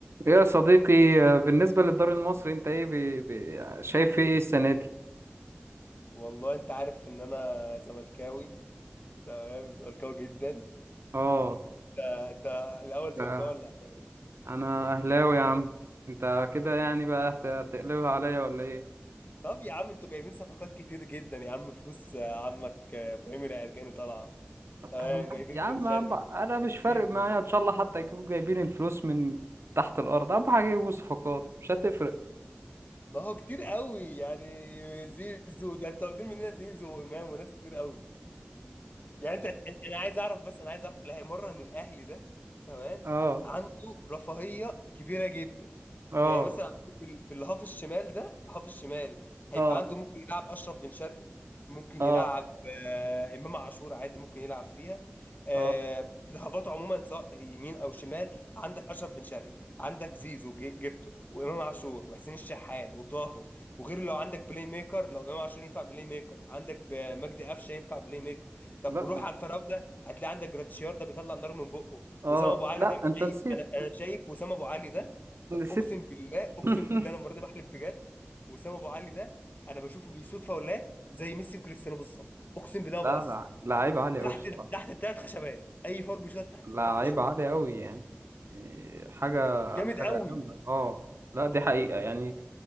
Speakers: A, on the right (about 85°); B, on the left (about 45°).
A: يا صديقي آه، بالنسبة للدوري المصري انت ايه بي... بي... شايف ايه السنة دي؟
B: والله انت عارف ان انا زملكاوي تمام زملكاوي جدا
A: اه
B: انت انت الاول زملكاوي
A: آه،
B: ولا اهلاوي
A: انا
B: قلت
A: اهلاوي
B: لي
A: يا عم انت كده يعني بقى هت- هتقلبها عليا ولا ايه؟
B: طب يا عم انتوا جايبين صفقات كتير جدا يا عم فلوس عمك ابراهيم العرجاني طالعه
A: طب
B: تمام
A: طب ما-
B: جايبين
A: يا عم
B: بن شرقي
A: يا عم، انا مش
B: زيزو
A: فارق معايا ان شاء الله حتى يكونوا جايبين الفلوس من تحت الارض اهم حاجة يجيبوا صفقات مش هتفرق
B: ما هو كتير قوي يعني زيزو ده انتوا واخدين مننا زيزو وامام وناس كتير قوي يعني انت انا عايز اعرف بس انا عايز اعرف اللي هيمرن الاهلي ده تمام
A: اه اه
B: عنده رفاهيه كبيره جدا يعني
A: اه
B: مثلا عنده في ال- في الهاف الشمال ده هاف الشمال هيبقى
A: اه
B: عنده ممكن يلعب اشرف بن شرقي ممكن
A: اه
B: يلعب آه امام عاشور عادي ممكن يلعب فيها آه
A: آه.
B: في الهافات عموما سواء يمين او شمال عندك اشرف بن شرقي عندك زيزو جي- جبته وامام عاشور وحسين الشحات وطاهر وغير لو عندك بلاي ميكر لو امام عاشور ينفع بلاي ميكر عندك ب- مجدي قفشه ينفع بلاي ميكر طب
A: لا
B: روح على الفراوده هتلاقي عندك جراديشيار ده بيطلع نار من بقه
A: اه
B: وسام ابو علي
A: لا
B: ده مش
A: انت نسيت
B: أي انا انا شايف وسام ابو علي ده
A: نسيت
B: ط- اقسم بالله اقسم
A: <laughs>
B: بالله انا المره دي بحلف بجد وسام ابو علي ده انا بشوفه بيشوط فاولات زي ميسي وكريستيانو بالظبط اقسم بالله
A: لا
B: ما بهزر
A: لا لعيب عالي
B: تحت
A: قوي بصراحة
B: تحت الثلاث خشبات اي فاول بيشوط تحت
A: لعيب
B: الثلاث خشبات
A: عالي قوي يعني إيه، حاجة
B: جامد
A: حاجة
B: قوي
A: جامدة اه لا دي حقيقة يعني